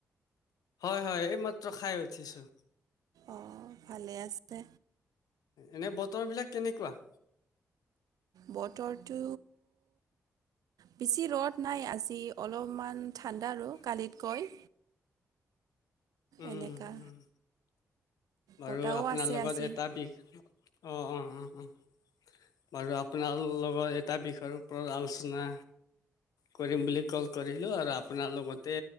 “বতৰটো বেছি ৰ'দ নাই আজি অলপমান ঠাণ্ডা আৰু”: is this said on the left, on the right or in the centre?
Right